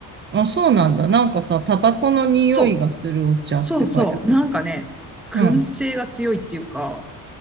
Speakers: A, on the right; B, in the centre.
A: あ、そうなんだ。なんかさ、タバコの匂いがするお茶って書いてあったけど。
B: そう。そうそう。なんかね、燻製が強いっていうか、
A: うん。